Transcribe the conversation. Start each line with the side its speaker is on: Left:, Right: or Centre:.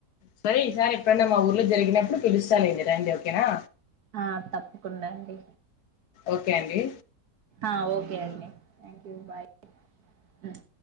Left: సరే ఈ సారి ఎప్పుడన్నా మా ఊర్లో జరిగినప్పుడు పిలుస్తాలెండి ఓకేనా
Right: ఆ తప్పకుండా అండి
Left: ఓకే అండి
Right: ఆ ఓకే అండి థ్యాంక్ యూ బాయ్ ఉమ్